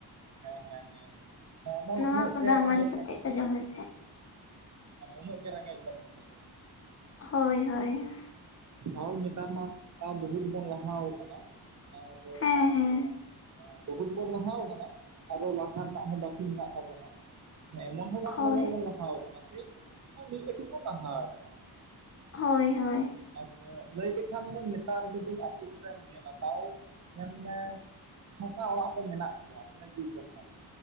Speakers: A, on the right (about 45°); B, on the left (about 35°).
A: ᱦᱮᱸᱻ ᱦᱮᱸᱻ ᱦᱮᱸᱻ, ᱮᱢᱚᱱ
B: ᱱᱚᱣᱟ
A: ᱩᱱᱟᱹᱜ
B: ᱠᱚ
A: ᱜᱮ
B: ᱫᱟᱜ
A: ᱨᱮᱸᱜᱮᱡ
B: ᱢᱟᱹᱲᱤ ᱠᱟᱛᱮᱜ
A: ᱵᱚᱱ ᱛᱟᱦᱮᱸ ᱠᱟᱱᱟ᱾
B: <unintelligible> <unintelligible>
A: ᱢᱟᱱᱮ ᱩᱱᱟᱹᱜ ᱜᱮ ᱨᱮᱸᱜᱮᱡ ᱵᱚᱱ ᱛᱟᱦᱮᱸ ᱠᱟᱱᱟ᱾
B: ᱦᱳᱭᱻ ᱦᱳᱭ᱾
A: ᱴᱷᱟᱶ ᱱᱮᱛᱟᱨ ᱢᱟ ᱛᱟᱣ ᱵᱚᱦᱩᱛ ᱵᱚᱱ ᱞᱟᱦᱟ ᱠᱟᱱᱟ, ᱟᱨ
B: ᱦᱮᱸ ᱦᱮᱸ
A: ᱮᱸ ᱵᱚᱦᱩᱛ ᱵᱚᱱ ᱞᱟᱦᱟᱣ ᱠᱟᱱᱟ, ᱟᱨᱚ ᱞᱟᱦᱟ ᱨᱮᱱᱟᱜ ᱦᱚᱸ ᱵᱟᱹᱠᱤ ᱢᱮᱱᱟᱜ ᱛᱟᱵᱚᱱᱟ᱾ ᱮᱢᱚᱱ ᱦᱚᱸ ᱵᱟᱝ
B: ᱦᱳᱭ
A: ᱫᱚᱢᱮ ᱵᱚᱱ ᱞᱟᱦᱟᱣ ᱠᱟᱱᱟ, ᱥᱮᱭ ᱢᱤᱫ ᱠᱟᱹᱴᱤᱡ ᱵᱚᱱ ᱞᱟᱦᱟ ᱠᱟᱱᱟ᱾
B: ᱦᱳᱭᱻ ᱦᱳᱭ᱾
A: ᱟᱨ ᱞᱟᱹᱭ ᱞᱮᱠᱷᱟᱱ ᱫᱚ, ᱱᱮᱛᱟᱨ ᱡᱩᱫᱤ ᱟᱛᱩ ᱠᱚᱨᱮᱢ ᱧᱮᱞᱼᱟ ᱛᱟᱣ ᱧᱮᱞ ᱢᱮ ᱦᱟᱥᱟ ᱚᱲᱟᱜ ᱫᱚ ᱢᱮᱱᱟᱜ ᱜᱮᱭᱟ ᱱᱤᱭᱟᱹ ᱡᱩᱜᱽ ᱨᱮᱦᱚᱸ᱾